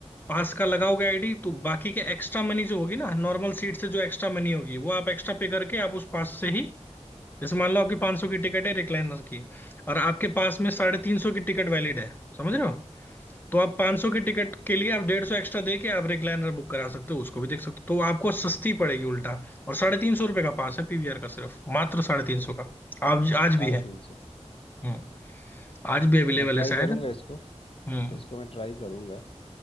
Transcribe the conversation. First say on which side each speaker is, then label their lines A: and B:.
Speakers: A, on the left; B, on the left.
A: पास का लगाओगे आईडी तो बाकी के एक्स्ट्रा मनी जो होगी ना नॉर्मल सीट से जो एक्स्ट्रा मनी होगी वो आप एक्स्ट्रा पे करके आप उस पास से ही जैसे मान लो आपकी 500 की टिकट है रिक्लाइनर की और आपके पास में साढ़े तीन सौ की टिकट वैलिड है समझ रहे हो तो आप 500 की टिकट
B: हाँ, हाँ।
A: के लिए आप डेढ़ सौ एक्स्ट्रा दे के आप रिक्लाइनर बुक करा सकते हो उसको भी देख सकते हो तो आपको सस्ती पड़ेगी उल्टा और साढ़े तीन सौ रुपये का पास है पीवीआर का सिर्फ मात्र साढ़े तीन सौ का आज आज
B: साढ़े
A: भी है
B: तीन सौ
A: हम्म आज भी अवेलेबल
B: मैं ट्राई
A: है शायद
B: करूंगा इसको
A: हम्म
B: इसको मैं ट्राई करूंगा